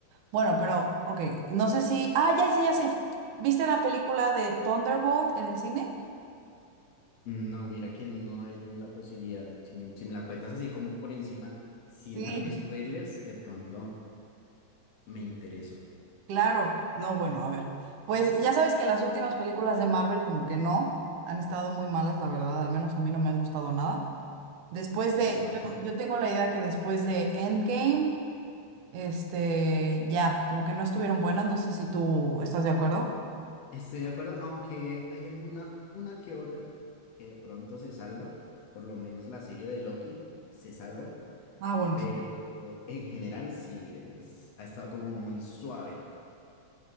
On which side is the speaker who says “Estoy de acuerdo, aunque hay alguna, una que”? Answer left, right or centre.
Left